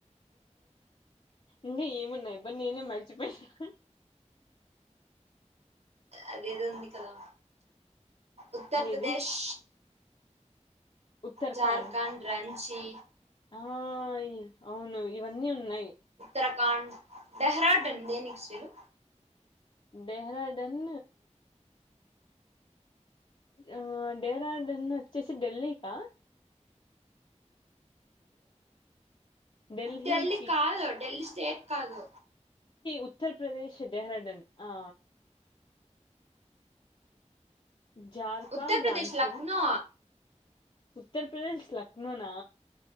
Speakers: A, on the left; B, on the right.
A: ఇంగ ఏమున్నాయబ్బ నేనే మరిచిపోయ్నా
B: అదేదో ఉంది కదా ఉత్తర్ప్రదేశ్
A: ఏది ఉత్తరాఖండ్
B: ఝార్ఖండ్ రంచీ
A: ఆ అవును ఇవన్నీ ఉన్నాయి
B: టకాండ్ డెహ్రాడున్ దేనికి శ్రీలు
A: డెహ్రాడున్ ఆ డెహ్రాడున్ వచ్చేసి ఢెల్లీకా ఢిల్లీకి
B: ఢెల్లీ కాదు ఢెల్లీ స్టేట్ కాదు
A: ఉత్తర్ప్రదేశ్ డెహ్రాడున్ ఆ ఝార్ఖండ్
B: ఉత్తరప్రదేశ్
A: రాంచీన్
B: లక్నో
A: ఉత్తర్ప్రదేశ్ లక్నోనా